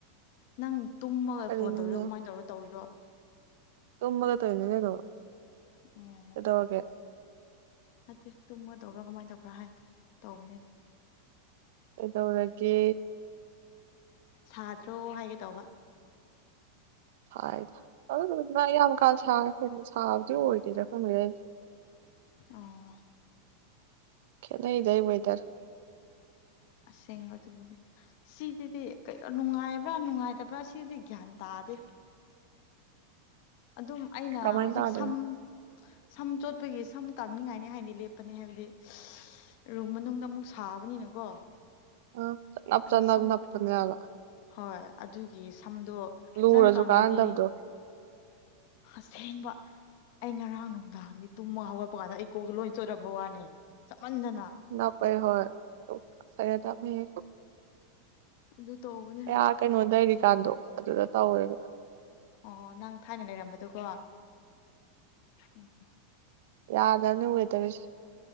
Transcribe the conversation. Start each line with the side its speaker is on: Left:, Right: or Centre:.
Left: ꯅꯪ ꯇꯨꯝꯃꯒ
Right: ꯐꯔꯦꯅꯦꯅꯦ
Left: ꯐꯣꯟ ꯇꯧꯔꯤꯔꯣ ꯀꯃꯥꯏꯅ ꯇꯧꯔ ꯇꯧꯔꯤꯔꯣ
Right: ꯇꯨꯝꯃꯒ ꯇꯣꯏꯅꯤ ꯀꯩꯅꯣ
Left: ꯎꯝ
Right: ꯇꯣꯛꯑꯒꯦ
Left: ꯅꯠꯇꯦ ꯇꯨꯝꯃꯒ ꯇꯧꯕ꯭ꯔꯥ ꯀꯃꯥꯏꯅ ꯇꯧꯕ꯭ꯔꯥ ꯍꯥꯏꯅꯒ ꯇꯧꯕꯅꯦ
Right: ꯀꯩꯗꯧꯔꯒꯦ
Left: ꯁꯥꯗ꯭ꯔꯣ ꯍꯥꯏꯒꯦ ꯇꯧꯕ
Right: ꯁꯥꯏꯗ ꯑꯗꯨꯝ ꯑꯗꯨꯗꯨꯅ ꯑꯌꯥꯝꯕ ꯀꯥꯟ ꯁꯥ ꯍꯦꯟꯅ ꯁꯥꯕꯗꯤ ꯑꯣꯏꯗꯦꯗ ꯑꯀꯣꯟꯕꯗꯩꯗꯤ
Left: ꯑꯣ
Right: ꯈꯦꯠꯅꯩꯗꯩ ꯋꯦꯗꯔ
Left: ꯑꯁꯦꯡꯕ ꯑꯗꯨꯕꯨꯗꯤ ꯁꯤꯗꯗꯤ ꯀꯩꯅꯣ ꯅꯨꯡꯉꯥꯏꯕ꯭ꯔꯥ ꯅꯨꯡꯉꯥꯏꯇꯕ꯭ꯔꯥ ꯁꯤꯗꯤ ꯒ꯭ꯌꯥꯟ ꯇꯥꯗꯦ ꯑꯗꯨꯝ ꯑꯩꯅ
Right: ꯀꯃꯥꯏ
Left: ꯍꯧꯖꯤꯛ
Right: ꯇꯥꯗꯣꯏꯅꯣ
Left: ꯁꯝ ꯁꯝ ꯆꯣꯠꯄꯒꯤ ꯁꯝ ꯀꯪꯅꯤꯡꯉꯥꯏꯅꯤ ꯍꯥꯏꯅꯤ ꯂꯦꯞꯄꯅꯤ ꯍꯥꯏꯕꯗꯤ ꯔꯨꯝ ꯃꯅꯨꯡꯗ ꯑꯃꯨꯛ ꯁꯥꯕꯅꯤꯅꯀꯣ
Right: ꯑ ꯆꯅꯞ
Left: ꯑꯗꯨ
Right: ꯆꯅꯞ
Left: ꯁꯝ
Right: ꯅꯞꯄꯅꯦ ꯍꯥꯏꯕ
Left: ꯍꯣꯏ ꯑꯗꯨꯒꯤ ꯁꯝꯗꯣ
Right: ꯂꯨꯔꯁꯨ
Left: ꯐꯖꯟ ꯀꯪꯉꯗꯤ
Right: ꯀꯥꯟꯅꯗꯕꯗꯣ
Left: ꯑꯁꯦꯡꯕ ꯑꯩ ꯉꯔꯥꯡ ꯅꯨꯡꯗꯥꯡꯗꯤ ꯇꯨꯝꯃ ꯍꯧꯒꯠꯄ ꯀꯥꯟꯗ ꯑꯩ ꯀꯣꯛꯇꯨ ꯂꯣꯏ ꯆꯣꯏꯠꯔꯝꯕ ꯋꯥꯅꯤ ꯁꯥꯃꯟꯗꯅ
Right: ꯅꯞꯄꯩ ꯍꯣꯏ ꯑꯁ ꯍꯩꯅꯗꯕꯅꯤꯍꯦ
Left: ꯑꯗꯨ ꯇꯧꯕꯅꯤ
Right: ꯑꯩ ꯑꯥ ꯀꯩꯅꯣ ꯂꯩꯔꯤꯀꯥꯟꯗꯣ ꯑꯗꯨꯗ ꯇꯧꯋꯦꯕ
Left: ꯑꯣ ꯅꯪ ꯊꯥꯏꯅ ꯂꯩꯔꯝꯕꯗꯨꯀꯣ ꯎꯝ
Right: ꯌꯥꯗꯝꯅꯤ ꯋꯦꯗꯔꯁꯦ